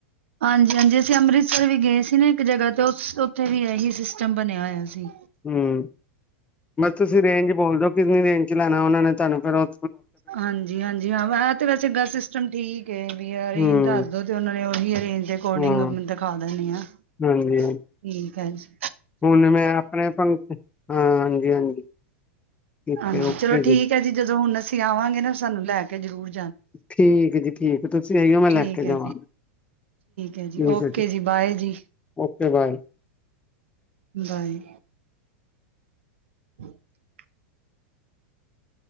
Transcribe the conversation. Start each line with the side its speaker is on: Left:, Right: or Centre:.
Right: ਹਾਂਜੀ, ਹਾਂਜੀ ਅਸੀਂ ਅੰਮ੍ਰਿਤਸਰ ਵੀ ਗਏ ਸੀ ਨਾ ਇੱਕ ਜਗ੍ਹਾ ਤੇਂ। ਉਸ ਉਥੇ ਵੀ ਇਹੀ ਸਿਸਟਮ ਬਣਿਆਂ ਹੋਇਆਂ ਸੀ।
Left: ਹਮ। ਮਤ ਤੁਸੀਂ ਰੇਂਜ ਬੋਲਦੇ ਹੋ। ਕਿੰਨੀਂ ਰੇਜ ਚ ਲੈਣਾਂ ਉਹਨਾਂ ਨੇਂ ਤੁਹਾਂਨੂੰ ਪਹਿਲੋਂ।
Right: ਹਾਂਜੀ ਹਾਂਜੀ ਹਾਂ ਐ ਤੇ ਵੈਸੇ ਹੈਗਾ ਸਿਸਟਮ ਠੀਕ ਐ। ਬਈ ਅਰੇਂਜ
Left: ਹੂੰ
Right: ਦਸ ਦੋ ਤੇ ਓਨਾਂ ਨੇਂ ਓਹੀ ਅਰੇਂਜ ਦੇ ਅਕੋਰਡਿੰਗ
Left: ਹਾਂ
Right: ਦਿਖਾ ਦੇਣੇ ਆ।
Left: ਹਾਂਜੀ ਹਾਂਜੀ
Right: ਠੀਕ ਹਾਂਜੀ।
Left: ਹੁਣ ਮੈਂ ਆਪਣੇਂ ਪੰਕ ਹਾਂ ।ਹਾਂਜੀ, ਹਾਂਜੀ। ਠੀਕ
Right: ਹਾਂਜੀ
Left: ਹੈ ਓਕੇ
Right: ਚਲੋਂ ਠੀਕ ਹੈਂ ਜੀ। ਜਦੋਂ ਹੁਣ ਅਸੀਂ ਆਂਵਾਂਗੇ ਨਾ ਸਾਂਨੂੰ ਲੈ ਕੇ। ਜਾਉਗੇ।
Left: ਠੀਕ ਜੀ ਠੀਕ। ਤੁਸੀਂ ਆਇਓਂ ਮੈਂ ਲੈ
Right: ਠੀਕ
Left: ਕੇ
Right: ਹੈ
Left: ਜਾਵਾਂਗਾ
Right: ਜੀ ਹੈ
Left: ।ਠੀਕ
Right: ਓਕੇ
Left: ਜੀ।
Right: ਬਾਏ ਜੀ
Left: ਓਕੇ ਬਾਏ।
Right: ਬਾਏ। <inaudible>